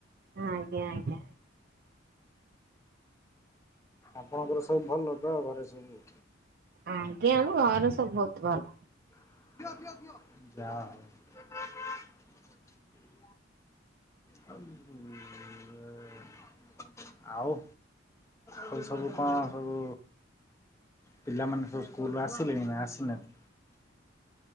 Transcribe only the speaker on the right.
ଆଜ୍ଞା ଆଜ୍ଞା।
ଆଜ୍ଞା ଆମ ଘରେ ସବୁ ବହୁତ ଭଲ।